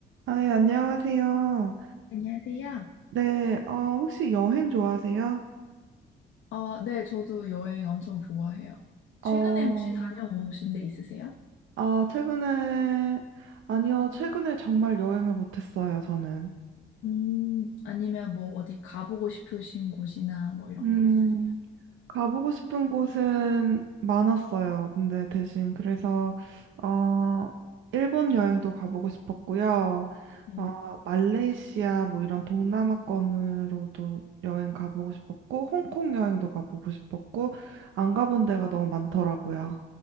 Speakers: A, on the right (about 80°); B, on the left (about 80°).
A: 아, 예, 안녕하세요.
B: 안녕하세요.
A: 네, 어, 혹시 여행 좋아하세요?
B: 아, 네, 저도 여행 엄청 좋아해요. 최근에
A: 어,
B: 혹시 다녀오신 데 있으세요?
A: 아, 최근에, 아니요, 최근에 정말 여행을 못했어요, 저는.
B: 음, 아니면 뭐 어디 가보고 싶으신 곳이나 뭐 이런
A: 음,
B: 거 있으세요?
A: 가보고 싶은 곳은 많았어요. 근데 대신, 그래서, 어, 일본 여행도 가보고 싶었고요.
B: 네.
A: 어, 말레이시아, 뭐 이런 동남아권으로도 여행 가보고 싶었고, 홍콩 여행도 가보고 싶었고, 안 가본 데가 너무 많더라고요.